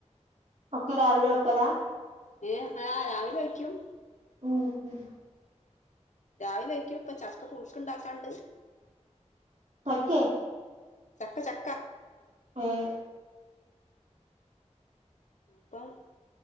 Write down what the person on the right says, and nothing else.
ഒക്കെ രാവിലെ ഒക്കല
ഉം ഉം
ക്കേ
ഉം